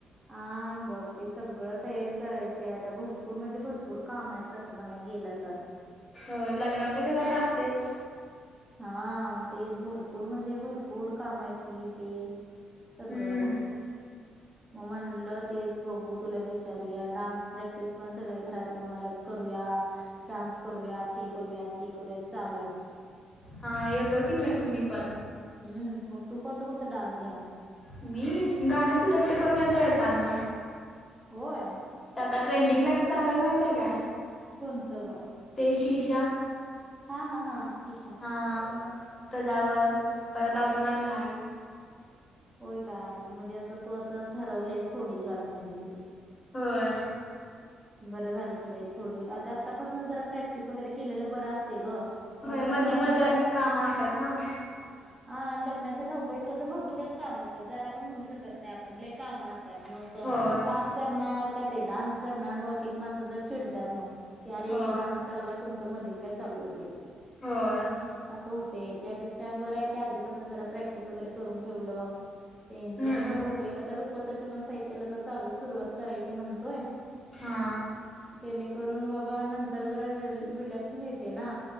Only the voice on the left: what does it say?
होय लग्नाच्या घरात असतंयच.
हम्म
हा येतो की मग मी पण.
मी गाण सिलेक्ट करून येतो येताना.
आता ट्रेंडिंग लाईक चालूय माहिते काय?
ते शीशा.
हा. त्याच्यावर परत अजून आणि हाय
होय.
होय
मध्ये
मध्ये
आणि काम असतात ना.
होय
होय
होय
हम्म
हा.